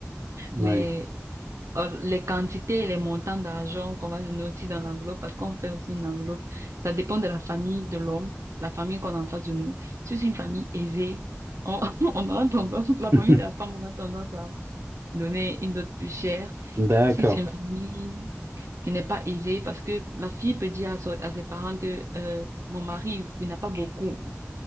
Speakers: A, on the right; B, on the right.
A: Oui.
B: Mais euh, les quantités et les montants d'argent qu'on va donner aussi dans l'enveloppe, parce qu'on fait aussi une enveloppe, ça dépend de la famille de l'homme, la famille qu'on a en face de nous. Si c'est une famille aisée, on, <laughs> on aura tendance, la
A: <laughs>
B: famille de la femme aura tendance à donner une dot plus chère.
A: D'accord.
B: Et si c'est une famille qui n'est pas aisée, parce que la fille peut dire à, son- à ses parents que euh, mon mari, il n'a pas beaucoup.